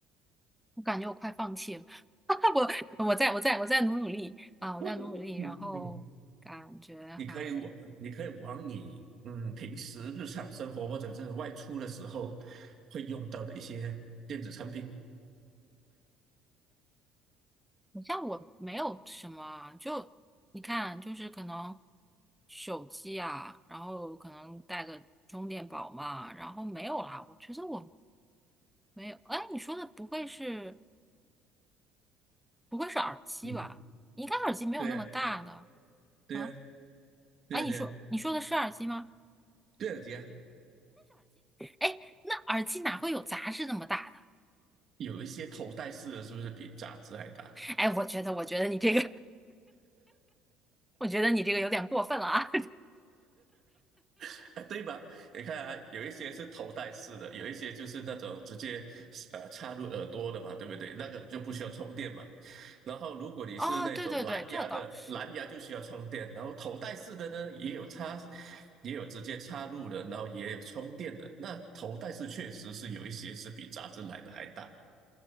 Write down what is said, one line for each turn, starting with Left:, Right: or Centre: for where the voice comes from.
Centre: 我感觉我快放弃了。<laughs> 我我再我再我再努努力啊，我再努努力，
Right: <laughs> 嗯嗯，
Centre: 然后感觉还。
Right: 你可以往你可以往你嗯平时日常生活或者是外出的时候会用到的一些电子产品。
Centre: 好像我没有什么啊，就你看，就是可能手机啊，然后可能带个充电宝嘛，然后没有啦。我觉得我没有，哎，你说的不会是不会是耳机吧？
Right: 嗯，
Centre: 应该耳机没有那么大的
Right: 对呀，对呀，
Centre: 啊。
Right: 对呀，
Centre: 哎，你说你说的是耳机吗？
Right: 对呀，对呀，对呀，
Centre: 哎，那耳机哪会有杂志那么大的？
Right: 有一些头戴式的是不是比杂志还大？
Centre: 哎，我觉得，我觉得你这个，<laughs> 我觉得你这个有点过分了啊。
Right: <laughs> 对吧？你看啊，有一些是头戴式的，有一些就是那种直接呃插入耳朵的嘛，对不对？那个你就不需要充电嘛。然后如果你是那种蓝牙的，
Centre: <laughs> 哦，对对对，这倒是。
Right: 蓝牙就需要充电。然后头戴式的呢，也有插，也有直接插入的，然后也有充电的。那头戴式确实是有一些是比杂志来的还大。